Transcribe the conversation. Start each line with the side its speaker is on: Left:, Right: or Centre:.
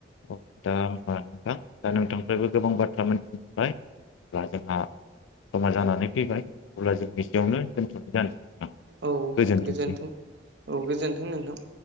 Left: औ दा होमबा नोंथां दा नोंथांनिफ्रायबो गोबां बाथ्रा मिथिबाय अब्ला जोंहा समा जानानै फैबाय अब्ला जों बिसेयावनो दोनथ'नाय जानोसै नोंथां
Right: औ
Left: गोजोनथोंसै
Right: गोजोनथों औ गोजोनथों नोंथां